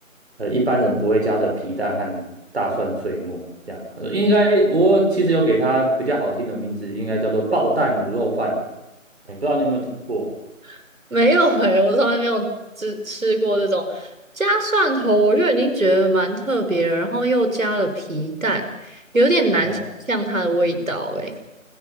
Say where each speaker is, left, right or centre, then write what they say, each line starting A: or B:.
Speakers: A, on the right; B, on the right.
A: 呃，一般人不会加的皮蛋和大蒜碎末，这样。呃应该我其实有给它比较好听的名字，应该叫做爆蛋卤肉饭啦。哎，不知道你有没有听过？
B: <laughs> 没有诶、我从来没有吃吃过这种加蒜头，我就已经觉得蛮特别了，然后又加了皮蛋，有点难想象它的味道诶、
A: 哎呀，